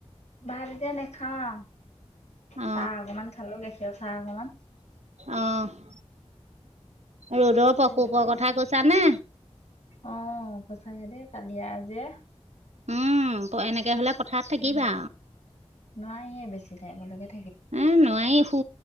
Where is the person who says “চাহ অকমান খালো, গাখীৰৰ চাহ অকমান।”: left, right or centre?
Left